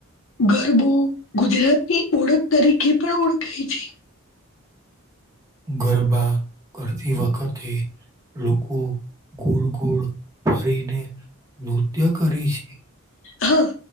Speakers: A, on the left; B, on the right.
A: ગરબો ગુજરાતની ઓળખ તરીકે પણ ઓળખાય છે.
B: ગરબા કરતી વખતે. લોકો ગુળ ગુળ ફરીને નૃત્ય કરે છે.
A: હા